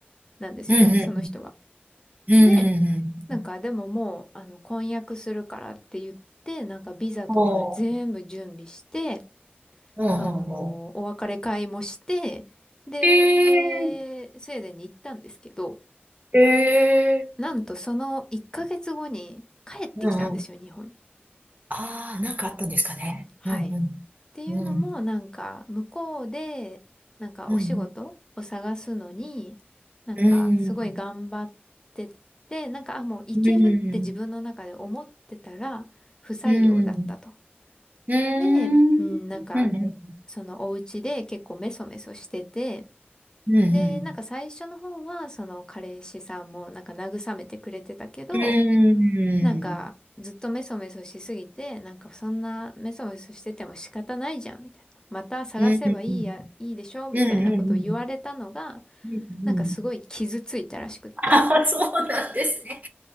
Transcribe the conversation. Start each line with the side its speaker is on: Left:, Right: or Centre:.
Left: なんですよね、
Right: うんう
Left: その人が。
Right: んうんうん。うんうん
Left: で、なんかでももう、あの、婚約するからって言って、なんかビザとか全部準備して、
Right: うん。ほう、ほうほうほ
Left: あのーお別れ会もして、で、
Right: う。へえ
Left: スウェーデンに行ったんですけど、
Right: ええ
Left: なんとその1ヶ月後に帰ってきたんですよ、
Right: うんうん。
Left: 日本に。
Right: ああ、なんかあったんですかね。
Left: はい。
Right: うん
Left: っていうのも、
Right: うん。うん。
Left: なんか、向こうで、なんか、
Right: うん。
Left: お仕事を探すのに、なんか、
Right: うん。
Left: すごい頑張ってて、なんか、あ、もういけるって自分の中で思ってたら、
Right: うん。うん。
Left: 不採用だったと。
Right: うん。うん。
Left: で、うん、なんか、
Right: うん。うん。
Left: そのお家で結構メソメソしてて、
Right: うん。
Left: で、なんか最初の方は、その彼氏さんもなんか慰めてくれてたけど、
Right: うん。う
Left: なんか、
Right: ん。
Left: ずっとメソメソしすぎて、なんかそんなメソメソしてても仕方ないじゃん、みたいな。また探せばいいや、
Right: うん
Left: いいでしょみたいなことを言われたのが、
Right: うんうん
Left: なんかすごい傷ついたらしくって。
Right: ああ、そうなんですね。